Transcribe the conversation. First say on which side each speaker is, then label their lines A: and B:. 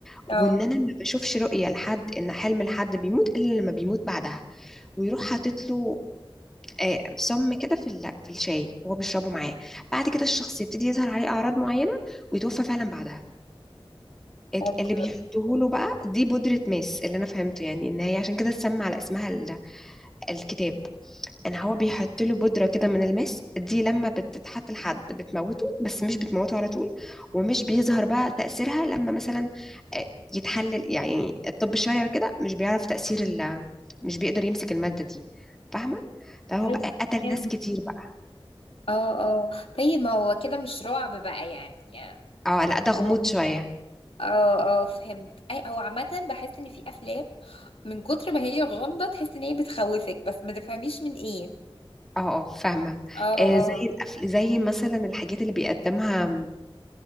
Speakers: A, in the centre; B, on the left.
A: وان
B: اه
A: انا ما بشوفش رؤيه لحد ان حلم لحد بيموت الا لما بيموت بعدها ويروح حاطط له آه، سم كده في ال- في الشاي وهو بيشربه معاه بعد كده الشخص يبتدي يظهر عليه اعراض معينه ويتوفى فعلا بعدها ال-
B: ابيض
A: اللي بيحطوه له بقى دي بودره ماس اللي انا فهمته يعني ان هي عشان كده اتسمى على اسمها ال- الكتاب ان هو بيحط له بودره كده من الماس دي لما بتتحط لحد بتموته بس مش بتموته على طول ومش بيظهر بقى تاثيرها لما مثلا آه، يتحلل يعني الطب الشرعي وكده مش بيعرف تاثير ال- مش بيقدر يمسك الماده دي فاهمه فهو
B: طيب
A: بقى قتل
B: يعني-
A: ناس كتير بقى
B: اه اه طيب ما هو كده مش رعب بقى يعني
A: اه لا
B: يعني
A: ده غموض
B: هو
A: شوية
B: اه اه فهمت اي هو عامة بحس ان في افلام من كتر ما هي غامضة تحس ان هي بتخوفك بس ما تفهميش من ايه
A: اه اه فاهمة
B: اه
A: آه
B: اه
A: زي الأفل زي مثلا الحاجات اللي بيقدمها م،